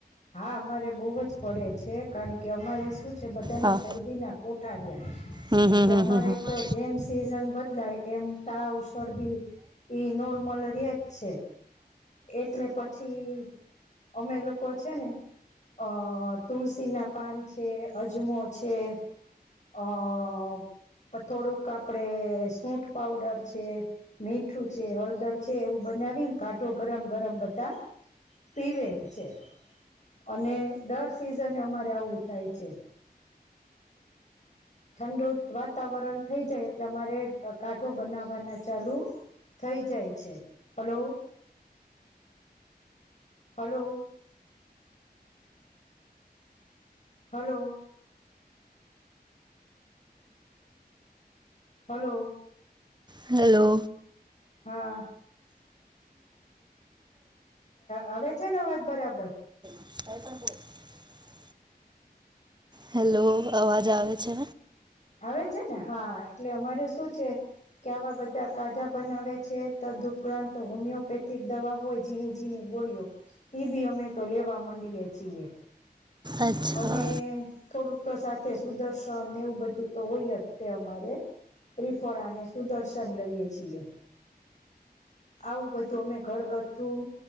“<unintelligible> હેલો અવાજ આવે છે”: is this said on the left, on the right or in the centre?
Right